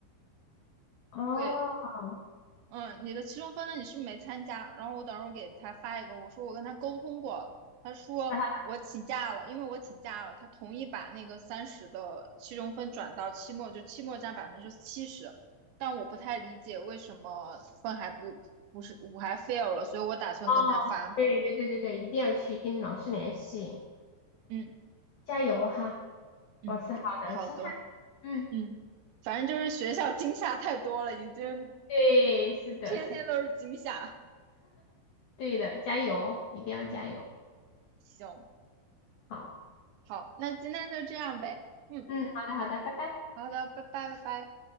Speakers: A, on the left; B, on the right.
A: 哦
B: 对，
A: <laughs>，
B: 嗯，你的期中分呢，你是没参加。然后我等会儿给他发一个，我说我跟他沟通过，他说我请假了，
A: 那好的，
B: 因为我请假了，他同意把那个三十的期中分转到期末，就期末占百分之七十。但我不太理解为什么分还不不是我还 fail 了，所以我打算跟他发，
A: 哦，对对对对对，一定要去跟老师联系，
B: 嗯
A: 加油哈，
B: 嗯，
A: 保持好的心态。
B: 好的。
A: 嗯，
B: 嗯，反正就是学校惊吓太多了，已经
A: 对，是的，
B: 天天都是惊吓。
A: 是对的，加油，一定要加油。
B: 嗯，行，
A: 好，
B: 好，那今天就这样呗。嗯，
A: 嗯，好的，好的，拜拜。
B: 好的，拜拜，拜拜。